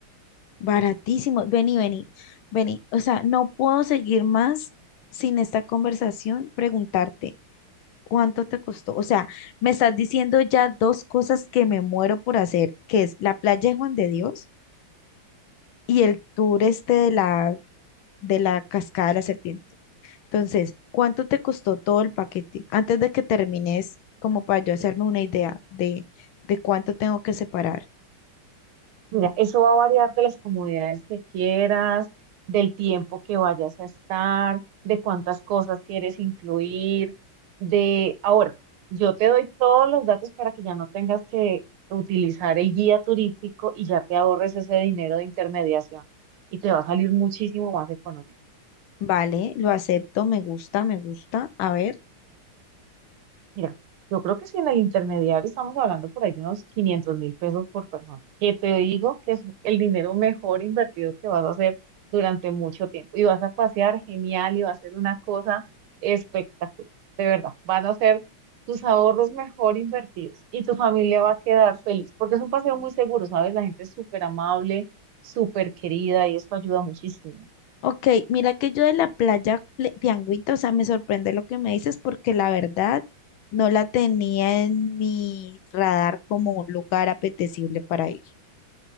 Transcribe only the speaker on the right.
Mira, eso va a variar de las comodidades que quieras, del tiempo que vayas a estar, de cuántas cosas quieres incluir, de... Ahora, yo te doy todos los datos para que ya no tengas que utilizar el guía turístico y ya te ahorres ese dinero de intermediación y te va a salir muchísimo más económico.
Mira, yo creo que si en el intermediario estamos hablando por ahí de unos quinientos mil pesos por persona, que te digo que es el dinero mejor invertido que vas a hacer durante mucho tiempo. Y vas a pasear genial y va a ser una cosa espectacular. De verdad, van a ser tus ahorros mejor invertidos y tu familia va a quedar feliz porque es un paseo muy seguro, ¿sabes? La gente es súper amable, súper querida y eso ayuda muchísimo.